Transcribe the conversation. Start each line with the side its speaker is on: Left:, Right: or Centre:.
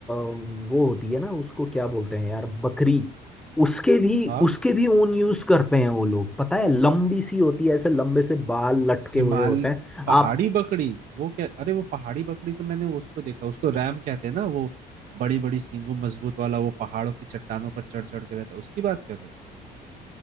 Centre: अम, वो होती है ना उसको क्या बोलते हैं यार बकरी उसके भी
Right: हाँ
Centre: उसके भी ऊन यूज करते हैं वो लोग पता है लंबी सी होती है ऐसे लंबे से बाल लटके
Right: हिमाल
Centre: हुए होते हैं
Right: पहाड़ी
Centre: आप
Right: बकरी वो क्या अरे वो पहाड़ी बकरी तो मैंने उसको देखा उसको रैम कहते हैं ना वो बड़ी बड़ी सींगों मजबूत वाला वो पहाड़ों की चट्टानों पर चढ़ चढ़ के रहता है उसकी बात कर रहे हो